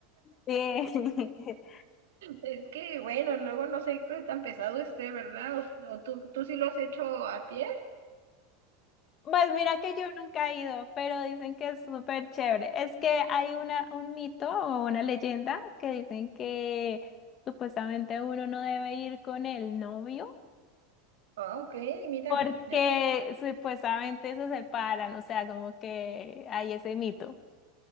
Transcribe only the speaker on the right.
Es que, bueno, luego no sé qué tan pesado esté, ¿verdad? O, o tú, tú sí lo has hecho a pie.
Ah, ok, mira.
ya-